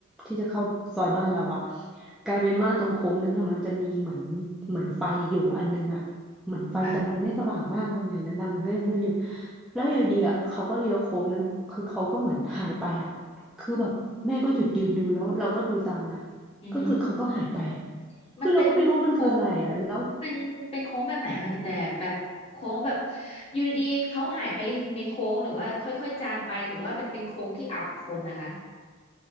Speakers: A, in the centre; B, on the left.
A: ที่จะเข้าซอยบ้านเราอะกลายเป็นว่าตรงโค้งนั้นอ่ะมันจะมีเหมือนเหมือนไฟอยู่อันนึงอะเหมือนไฟแต่มันไม่สว่างมากยังไงนั้นนะมันก็ยังมืดอยู่
B: ค่ะ
A: แล้วอยู่ดีอะเขาก็เลี้ยวโค้งนั้นคือเขาก็เหมือนหายไปอะคือแบบแม่ก็หยุดยืนดูแล้วเราก็ดูตามนะ
B: อืม
A: ก็คือเขาก็หายไปอะคือเราก็ไม่รู้ว่ามันคืออะไรอะแล้ว
B: มันเป็นโค้งเป็นเป็นโค้งแบบไหนอะคะพี่แต่แบบโค้งแบบอยู่ดีๆเขาหายไปในโค้งหรือว่าค่อยๆจางไปหรือว่าเป็นเป็นโค้งที่อับคนนะคะ